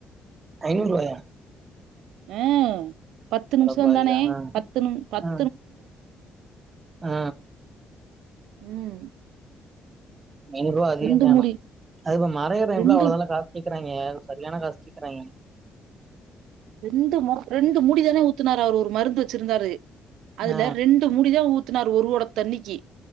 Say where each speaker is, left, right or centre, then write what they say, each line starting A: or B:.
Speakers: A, on the right; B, on the right.
A: ஐநூறுவாயா
B: அ பத்து நிமிஷோ
A: அடப்பாவிகளா
B: தானே
A: ஆ
B: பத்து ந பத்
A: ஆ ஆ
B: ம்
A: ஐநூரூவா அதிகோ
B: ரெண்டு
A: தா ஆனா
B: மூடி
A: அது இப்ப மரோ ஏற
B: ரெண்டு
A: எல்லா அவ்ளோதல்லா காசு கேக்குறாய்ங்க சரியான காசு கேக்குறாய்ங்க
B: ரெண்டு ம ரெண்டு முடிதானே ஊத்துனாரு அவரு ஒரு மருந்து வச்சிருந்தாரு அதுல
A: ஆ
B: ரெண்டு முடி தா ஊத்துனாரு ஒரு ஓட தண்ணிக்கு